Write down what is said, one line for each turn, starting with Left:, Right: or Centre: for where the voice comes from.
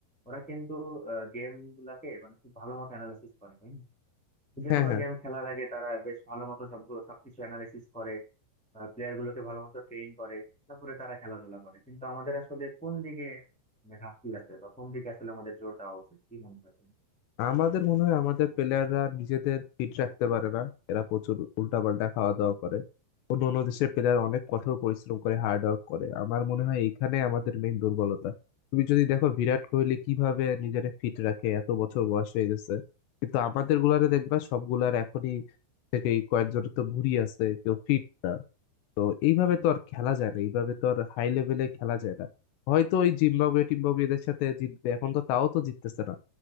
Centre: ওরা কিন্তু গেম গুলাকে মানে খুব ভালো মতো অ্যানালাইসিস করে তাই না? যে
Left: হ্যাঁ
Centre: কোনো
Left: হ্যাঁ
Centre: গেম খেলার আগে তারা বেশ ভালো মতো সবগুলো সবকিছু অ্যানালাইসিস করে প্লেয়ার গুলোকে ভালো মতো ট্রেন করে তারপরে তারা খেলাধুলা করে কিন্তু আমাদের আসলে কোন দিকে মানে ঘাটতি আছে বা কোন দিকে আসলে আমাদের জোর দেওয়া উচিত কি মনে হয় তোমার?
Left: আমাদের মনে হয় আমাদের প্লেয়াররা নিজেদের ফিট রাখতে পারে না এরা প্রচুর উল্টাপাল্টা খাওয়া দাওয়া করে অন্য অন্য দেশের প্লেয়ার অনেক কঠোর পরিশ্রম করে হার্ড ওয়ার্ক করে আমার মনে হয় এখানে আমাদের মেইন দুর্বলতা তুমি যদি দেখো বিরাট কোহলি কিভাবে নিজের ফিট রাখে এত বছর বয়স হয়ে গেছে কিন্তু আমাদের গুলারে দেখবা সবগুলার এখনই থেকেই কয়েকজনের তো ভুঁড়ি আছে কেউ ফিট না তো এইভাবে তো আর খেলা যায় না এইভাবে তো আর হাই লেভেলে খেলা যায় না হয়তো ওই জিম্বাবুয়ে টিম্বাবুয়েদের সাথে জিতবে এখন তো তাও তো জিততেছে না